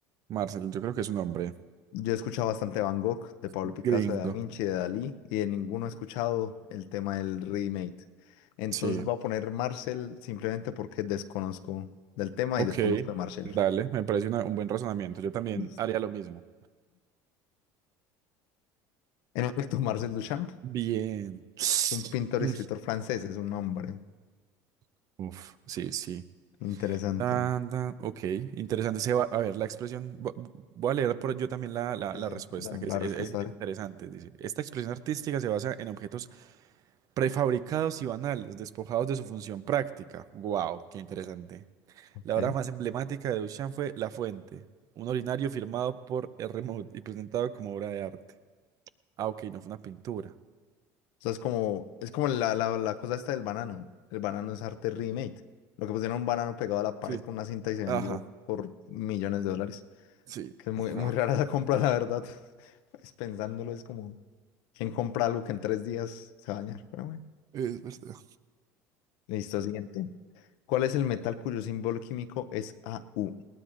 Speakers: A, on the right (about 45°); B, on the left (about 75°).
A: Marcel, yo creo que es un hombre
B: Yo he escuchado bastante Van Gogh, de Pablo
A: gringo.
B: Picasso, de Da Vinci, de Dalí, y de ninguno he escuchado el tema del remake. Entonces
A: Sí,
B: voy a poner Marcel simplemente porque desconozco del tema
A: ok,
B: y desconozco de Marcel.
A: dale, me parece una- un buen razonamiento. Yo también
B: Listo.
A: haría lo mismo.
B: En efecto, Marcel Duchamp,
A: Bien. <sniffs>
B: un pintor y escritor
A: Mm,
B: francés, es un hombre.
A: Uf, sí, sí.
B: Interesante.
A: Tan, tan, ok, interesante. Se va, a ver, la expresión, vo- voy a leer por yo también la, la,
B: Sí,
A: la
B: sí,
A: respuesta,
B: la,
A: que
B: la
A: es, es-
B: respuesta
A: es
B: de...
A: interesante. Dice, esta expresión artística se basa en objetos prefabricados y banales, despojados de su función práctica. Wow, qué interesante.
B: Ok.
A: La obra
B: O
A: más emblemática de Duchamp fue La Fuente, un ordinario firmado por R. Mood y presentado como obra de arte. Ah, ok, no fue una pintura.
B: sea, es como, es como la, la, la cosa esta del banano. El banano es arte remake. Lo que pusieron un banano pegado a la pared
A: Sí.
B: con una cinta y se vendió
A: Ajá,
B: por millones de dólares.
A: sí.
B: Que es muy,
A: Wow,
B: muy rara esa compra, la verdad. <laughs> Es pensándolo, es como, ¿quién compra algo que en tres días se va a dañar? Pero bueno.
A: es verdad.
B: Listo, siguiente. ¿Cuál es el metal cuyo símbolo químico es AU?